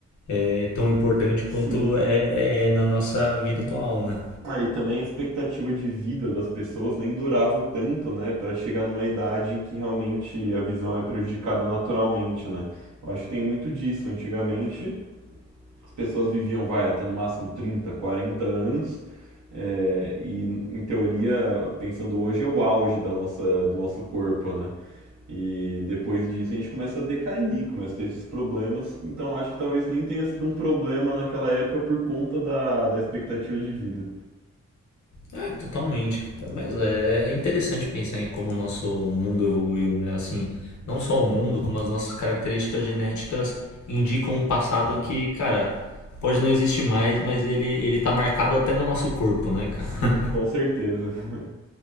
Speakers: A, on the left (about 80°); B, on the right (about 85°).
A: é, tão importante quanto
B: sim.
A: é, é é na nossa vida atual, né?
B: Aí ah, também a expectativa de vida das pessoas nem durava tanto, né, para chegar numa idade em que realmente a visão é prejudicada naturalmente, né? Eu acho que tem muito disso. Antigamente, As pessoas viviam, vai, até no máximo 30, 40 anos. É, e, em teoria, pensando hoje, é o auge da nossa, do nosso corpo, né? E depois disso a gente começa a decair, começa a ter esses problemas. Então acho que talvez nem tenha sido um problema naquela época por conta da, da expectativa de vida.
A: É, totalmente, cara. Mas é, é interessante pensar em como o nosso mundo evoluiu, né? Assim, não só o mundo, como as nossas características genéticas indicam um passado que, cara, pode não existir mais, mas ele, ele tá marcado até no nosso corpo, né, cara?
B: Sim, com certeza. <laughs>